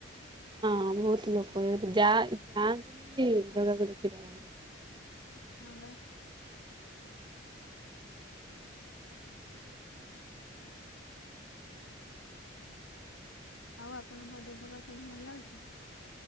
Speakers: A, on the right (about 25°); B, on the left (about 75°).
A: ହଁ ବହୁତ ଲୋକ ଯା ଯାଆନ୍ତି ବି ଜାଗାକୁ ଦେଖିପାରନ୍ତି।
B: ହଁ ବା। ଆଉ ଆପଣଙ୍କ ଦେହ ବା ସବୁ ଭଲ ଅଛି?